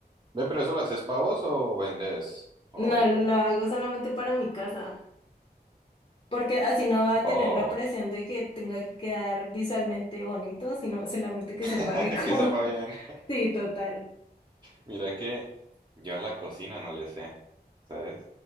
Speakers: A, on the right; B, on the left.
A: Ve, pero eso lo haces pavos o vendes, o...
B: No lo hago solamente para mi casa, porque así no va a
A: Oh,
B: tener la presión de que tenga que quedar visualmente bonito, sino solamente que
A: <laughs>
B: sepa rico.
A: que sepa bien.
B: <laughs> Sí, total.
A: Mira que yo a la cocina no le sé, ¿sabes?